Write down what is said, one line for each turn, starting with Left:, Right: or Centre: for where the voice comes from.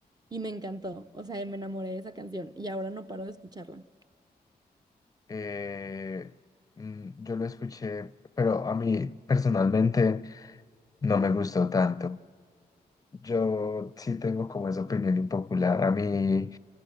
Right: y me encantó, o sea, me enamoré de esa canción y ahora no paro de escucharla.
Left: Eh, mm, yo lo escuché, pero a mí personalmente no me gustó tanto. Yo sí tengo como esa opinión impopular. A mí.